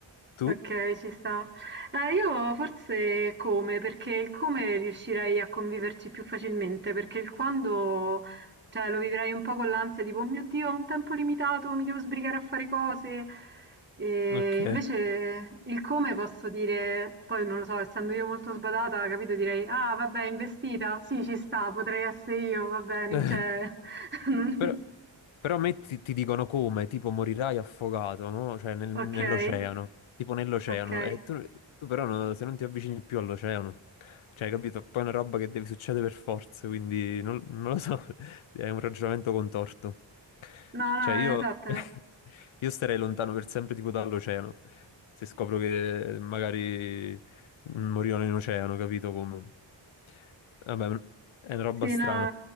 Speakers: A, on the left (about 85°); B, on the right (about 25°).
A: Tu?
B: Okay, ci sta. Eh, io forse come, perché il come riuscirei a conviverci più facilmente, perché il quando, cioè, lo vivrei un po' con l'ansia, tipo, "Oh mio Dio, ho un tempo limitato, mi devo sbrigare a fare cose". E
A: Ok.
B: invece il come posso dire, poi non lo so, essendo io molto sbadata, capito, direi: "Ah, vabbè, investita? Sì, ci sta, potrei essere io, va bene",
A: <laughs>
B: cioè <laughs>
A: Però, però a me ti, ti dicono come, tipo morirai affogato, no? Cioè nel- nell'oceano,
B: Okay,
A: tipo nell'oceano,
B: okay.
A: e tu, tu però no- se non ti avvicini più all'oceano, cioè capito? Poi è una roba che deve succedere per forza, quindi non, non lo so, <laughs> è un ragionamento contorto.
B: No, no,
A: Cioè io,
B: esatto.
A: <laughs> io starei lontano per sempre tipo dall'oceano, se scopro che magari morirò in oceano, capito come? Vabbè, è una roba
B: Sì,
A: strana.
B: no,